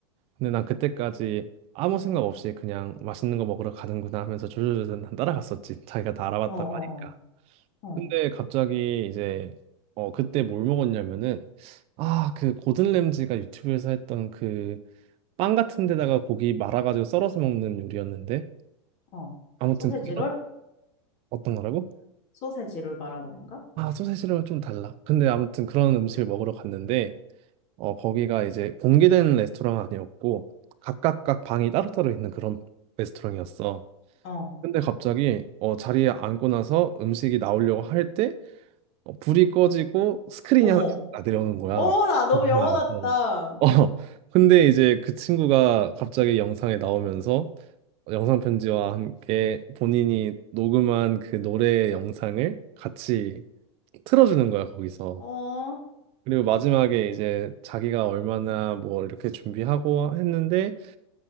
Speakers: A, on the right; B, on the left.
A: 근데 난 그때까지 아무 생각 없이 그냥 맛있는 거 먹으러 가는구나 하면서 조조조조 난 따라갔었지. 자기가 다 알아봤다고
B: 어, 어,
A: 하니까.
B: 어, 어,
A: 근데 갑자기 이제 어 그때 뭘 먹었냐면은 아 그 고든 램지가 유튜브에서 했던 그 빵 같은 데다가 고기 말아가지고 썰어서 먹는 요리였는데
B: 어.
A: 아무튼
B: 소세지롤?
A: 그런 어떤 거라고?
B: 소세지롤 말하는 건가?
A: 아 소세지랑 좀 달라. 근데 아무튼 그런 음식을 먹으러 갔는데 어 거기가 이제 공개된 레스토랑 아니었고 각각각 방이 따로따로 있는 그런 레스토랑이었어.
B: 어.
A: 근데 갑자기 어, 자리에 앉고 나서 음식이 나오려고 할때 어, 불이 꺼지고 스크린이
B: 어머.
A: 하나 딱 내려오는 거야.
B: 어머, 나 너무
A: 영상
B: 영화
A: 안에서.
B: 같다.
A: 어, <laughs> 근데 이제 그 친구가 갑자기 영상에 나오면서 영상 편지와 함께 본인이 녹음한 그 노래 영상을 같이 틀어주는 거야, 거기서.
B: 어.
A: 그리고 마지막에 이제 자기가 얼마나 뭐 이렇게 준비하고 했는데